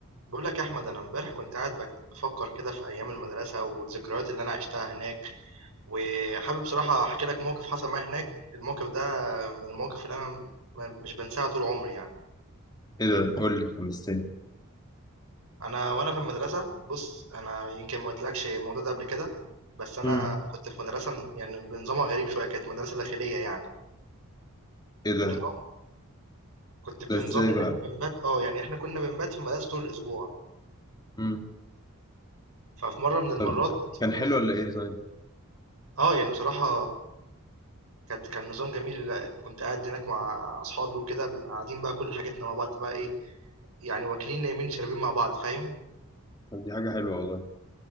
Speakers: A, on the right (about 80°); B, on the left (about 20°).
A: بقول لك يا احمد انا امبارح كنت قاعد بكت- بفكر كده في ايام المدرسه والذكريات اللي انا عشتها هناك وحابب بصراحه احكي لك موقف حصل معايا هناك الموقف ده من المواقف اللي انا م- مش بنساها طول عمري يعني
B: ايه ده قول لي حمستني
A: انا وانا في المدرسه بص انا يمكن ما قلتلكش الموضوع ده قبل كده بس انا
B: مم.
A: كنت في مدرسه يعني بنظامها غريب شويه كانت مدرسه داخليه يعني
B: ايه ده
A: النظام كنت في
B: ده ازاي
A: نظام ان
B: بقى
A: احنا بنبات اه يعني احنا كنا بنبات في المدرسه طول الاسبوع
B: مم.
A: ففي مره من المرات
B: طب كان حلو ولا ايه طيب
A: اه يعني بصراحه كانت كان نظام جميل كنت قاعد هناك مع اصحابي وكده بنبقى قاعدين بقى كل حاجتنا مع بعض بقى ايه يعني واكلين نايمين شاربين مع بعض فاهم
B: طب دي حاجة حلوة والله